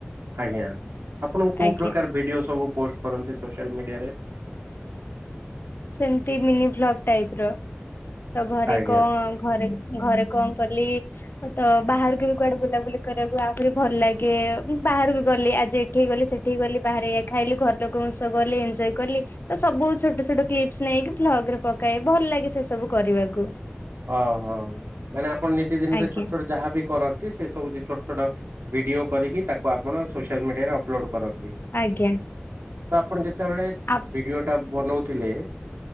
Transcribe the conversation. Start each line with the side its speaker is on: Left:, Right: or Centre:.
Right: ଆଜ୍ଞା ଆପଣଙ୍କୁ କୋଉ
Left: ଆଜ୍ଞା
Right: ପ୍ରକାର ଭିଡିଓ ସବୁ ପୋଷ୍ଟ କରନ୍ତି ସୋସିଆଲ ମିଡ଼ିଆରେ
Left: ସେମିତି ମିନି ଭ୍ଲଗ ଟାଇପ ର ତ ଘରେ
Right: ଆଜ୍ଞା।
Left: କଣ ଘରେ ଘରେ କଣ କଲି ତ ବାହାରକୁ ବି କୁଆଡେ ବୁଲାବୁଲି କରିବାକୁ ଆଉହୁରି ଭଲ ଲାଗେ ବାହାରୁ ବି ଗଲି ଆଜି ଏଠିକି ଗଲି ସେଠିକି ଗଲି ବାହାରେ ଇ ଖାଇଲି ଘର ଲୋକଙ୍କ ସହ ଗଲି ଏଞଜୟ କଲି ତ ସବୁ ଛୋଟ ଛୋଟ କ୍ଲିପସ ନେଇକି ଭ୍ଲଗ ରେ ପକାଏ ଭଲ ଲାଗେ ସେ ସବୁ କରିବାକୁ
Right: ଓ ହୋ ମାନେ ଆପଣ ନିୀତି ଦିନ ରେ
Left: ଆଜ୍ଞା
Right: ଛୋଟ ଛୋଟ ଯାହାବ କରନ୍ତି ସେ ସବୁି ଛୋଟ ଛୋଟ ଭିଡିଓ କରିକି ତାକୁ ଆପଣ ସୋସିଆଲ ମିଡିଆ ରେ ଅପଲୋଡ କର ଫକ ଦେଇ
Left: ଆଜ୍ଞା
Right: ପଣ ଯେତେ ଯେତେବେଳେ
Left: ଆପ
Right: ଭିଡିଓ ଟା ବନଉ ଥିଲେ